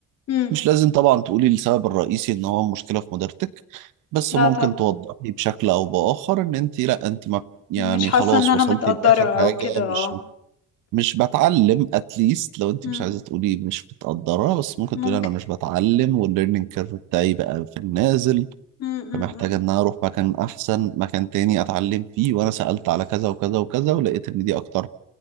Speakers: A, on the left; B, on the right.
A: مم.
B: مش لازم طبعا تقولي السبب الرئيسي ان هو مشكلة في مديرتك بس
A: لا
B: ممكن
A: طب
B: توضحي بشكل او باخر ان انت لا انت ما يعني
A: مش حاسة
B: خلاص
A: ان انا
B: وصلتي
A: متقدرة
B: لاخر حاجة
A: او كده اه
B: مش مش بتعلم اتليست لو انت
A: مم.
B: مش عايزة تقولي مش بتقدرها بس ممكن
A: ممكن
B: تقولي انا مش بتعلم والليرنينج كيرف بتاعي بقى في النازل
A: مم. مم.
B: فمحتاجة
A: مم.
B: ان انا اروح مكان احسن مكان تاني اتعلم فيه وانا سألت على كذا وكذا وكذا ولقيت ان دي اكتر